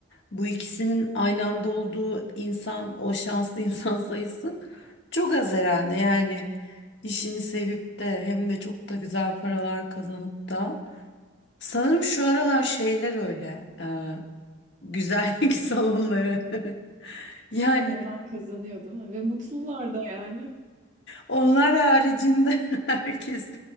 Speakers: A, on the left; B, on the right.
A: Bu ikisinin aynı anda olduğu insan, o şanslı <laughs> insan sayısı çok az herhalde. Yani işini sevip de hem de çok da güzel paralar kazanıp da. Sanırım şu aralar şeyler öyle, e, güzellik <laughs> salonları. <laughs> Yani
B: Onlar kazanıyor değil mi? Ve mutlular da yani.
A: Onlar haricinde <laughs> herkes